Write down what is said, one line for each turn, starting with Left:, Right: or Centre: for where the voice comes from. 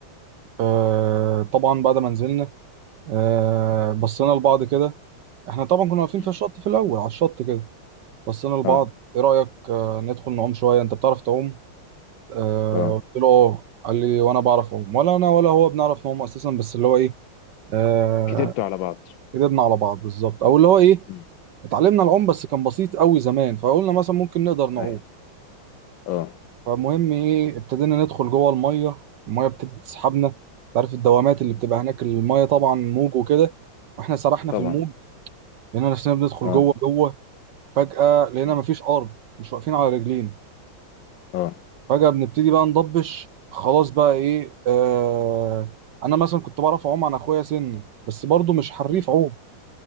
Right: آه طبعا بعد ما نزلنا آه بصينا لبعض كده احنا طبعا كنا واقفين
Left: مم.
Right: في الشط في الاول على الشط كده بصينا لبعض
Left: اه
Right: ايه رايك آه ندخل نعوم شويه انت بتعرف تعوم آه
Left: اه
Right: قلت له اه قال لي وانا بعرف اعوم ولا انا ولا هو بنعرف نعوم اساسا بس اللي هو ايه آه
Left: كتبته على بعض
Right: كدبنا على بعض بالظبط او اللي هو ايه
Left: مم.
Right: اتعلمنا العوم
Left: مم.
Right: بس كان بسيط قوي زمان فقلنا مثلا ممكن نقدر نعوم
Left: ايوه اه
Right: فمهم ايه ابتدينا ندخل جوه الميه الميه ابتدت تسحبنا انت عارف الدوامات اللي
Left: مم.
Right: بتبقى هناك الميه طبعا موج وكده واحنا سرحنا
Left: طبعا
Right: في الموج لقينا نفسنا بندخل
Left: اه
Right: جوه جوه فجأة لقينا
Left: مم.
Right: مفيش ارض مش واقفين على رجلينا
Left: اه
Right: فجأة بنبتدي بقى نضبش خلاص بقى ايه آه انا مثلا كنت بعرف اعوم عن اخويا سنة بس برضو مش حريف
Left: مم.
Right: عوم